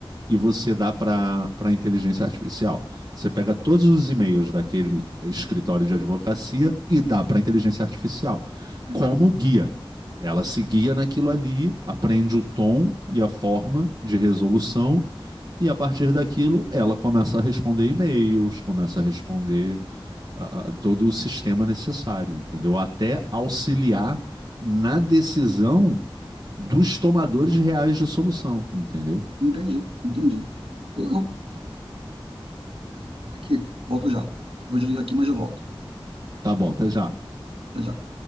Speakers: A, on the right; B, on the right.
A: e você dá para para inteligência artificial. Você pega todos os e-mails daquele escritório de advocacia e dá para inteligência artificial
B: Sim.
A: como guia. Ela se guia naquilo ali, aprende o tom e a forma de resolução, e a partir daquilo ela começa a responder e-mails, começa a responder a- a- todo o sistema necessário, entendeu? Até auxiliar na decisão dos tomadores reais de solução, entendeu?
B: Entendi, entendi. Eu, eu... Aqui, volto já. Vou desligar aqui, mas já volto.
A: Tá bom, até já.
B: Até já.